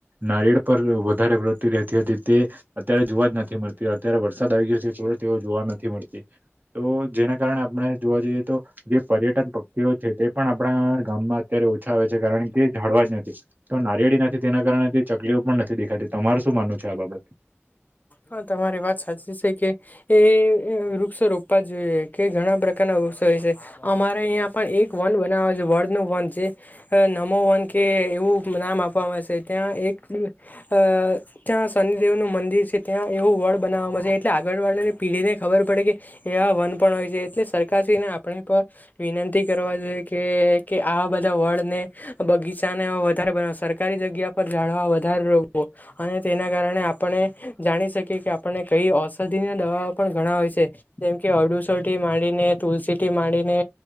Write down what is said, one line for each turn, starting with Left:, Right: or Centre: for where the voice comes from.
Right: નારિયળ પર વધારે વતી રહેતી હતી તે અત્યારે જોવા જ નથી મળતી. અત્યારે વરસાદ આવી ગયો <unintelligible> જોવા નથી મળતી તો જેના કારણે આપણે જોવા જઈએ તો જે પર્યટન <unintelligible> છે તે પણ આપણા ગામમાં અત્યારે ઓછા આવે છે, કારણ કે ઝાડવા જ નથી તો નારિયેળી નથી તેના કારણે ચકલીઓ પણ નથી દેખાતી. તમાર શું માનવું છે આ બાબતે?
Left: હા તમારી વાત સાચી છે. કે એ વૃક્ષો રોપવા જોઈએ કે ઘણા પ્રકારના વૃક્ષો હોય છે, અમારે આયા પણ એક વન બનાવા છે, વડ નું વન જે નમો વન કે એવું નામ આપવા આવે છે. ત્યાં એક અ ત્યાં શનિદેવ નું મંદિર છે, ત્યાં એવું વડ બનાવવામાં છે, એટલે આગળવાડીની પીઢી ને ખબર પડે કે એવા વન પણ હોય છે એટલે સરકારશ્રીને આપણે એક વાર વિનંતી કરવા જોઈએ કે આ બધા વડ ને બગીચાને વધારે બનવ સરકારી જગ્યા પર ઝાળવા વધારે રોપો અને તેના કારણે આપણે જાણી શકીએ કે આપણને કઈ ઔષધિ ને દવાઓ પણ ઘણા હોય છે જેમ કે ઔષધી થી માંડીને તુલસીથી માંડીને